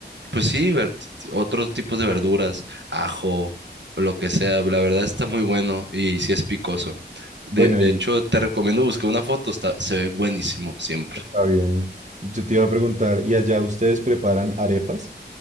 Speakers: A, on the right; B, on the right.
A: Pues sí, ver- otros tipos de verduras, ajo, o lo que sea, la verdad está muy bueno y sí es picoso. De,
B: Bueno,
A: de
B: y
A: hecho, te recomiendo buscar una foto, está, se ve buenísimo siempre.
B: está bien. Yo te iba a preguntar, ¿y allá ustedes preparan arepas?